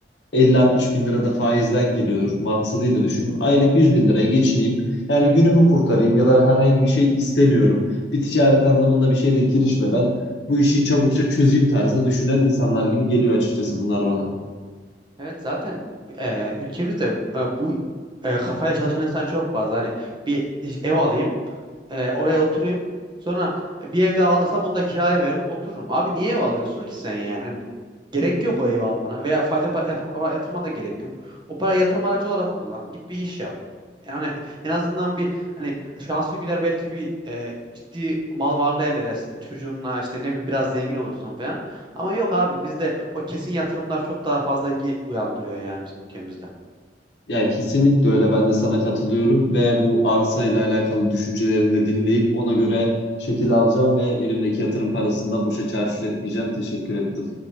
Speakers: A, on the left; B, on the right.
A: 50-60 bin lira da faizden geliyordur maksadıyla düşündüm. Aylık 100 bin liraya geçineyim. Yani günümü kurtarayım ya da herhangi bir şey istemiyorum. Bir ticaret anlamında bir şeyle girişmeden bu işi çabukça çözeyim tarzında düşünen insanlar gibi geliyor açıkçası bunlar bana.
B: Evet zaten e, ülkemizde e, bu e, kafayla çalışan insan çok fazla. Hani bir ev alayım, e, oraya oturayım. Sonra bir evde aldırsam onu da kiraya veririm, otururum. Abi niye ev alıyorsun ki sen yani? Hani gerek yok o ev almana veya faize pa- yat- para yatırmana da gerek yok. O para yatırım aracı olarak kullan. Git bir iş yap. Yani en azından bir hani şansın gider belki bir e, ciddi mal varlığı elde edersin. Çocuğunla işte ne bileyim biraz zengin olursun falan. Ama yok abi bizde o kesin yatırımlar çok daha fazla ilgi uyandırıyor yani bizim ülkemizde.
A: Ya kesinlikle öyle ben de sana katılıyorum ve bu arsa ile alakalı düşüncelerini de dinleyip ona göre şekil alacağım ve elimdeki yatırım parasını da boşa çarçur etmeyeceğim. Teşekkür ettim.